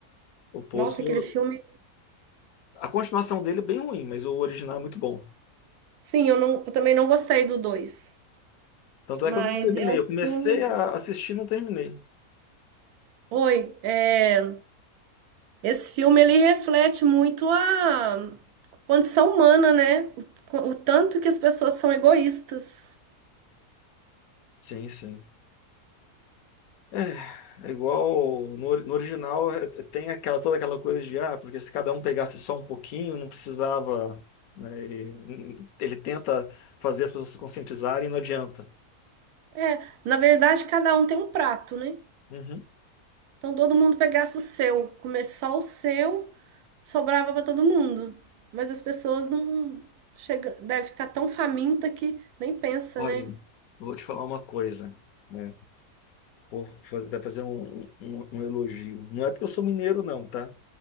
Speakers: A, on the left; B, on the right.
A: O Poço,
B: Nossa, aquele
A: eu-
B: filme.
A: a continuação dele é bem ruim, mas o original é muito bom.
B: Sim, eu, não, eu também não gostei do dois,
A: Tanto
B: mas
A: é que eu não terminei.
B: é um
A: Eu comecei
B: filme.
A: a assistir e não terminei.
B: Oi, é, esse filme ele reflete muito a condição humana, né? o o tanto que as pessoas são egoístas.
A: Sim, sim. É, é igual no, ori- no original é, é, tem aquela toda aquela coisa de ah, porque se cada um pegasse só um pouquinho, não precisava, né, e, hum, ele tenta fazer as pessoas se conscientizarem e não adianta.
B: É, na verdade, cada um tem um prato, né?
A: Uhum.
B: Então todo mundo pegasse o seu, comer só o seu, sobrava para todo mundo. Mas as pessoas não chega, deve estar tão faminta que nem pensa,
A: Olha,
B: né?
A: eu vou te falar uma coisa, né? Pô, fa- vai fazer um, um, um um elogio. Não é porque eu sou mineiro, não, tá?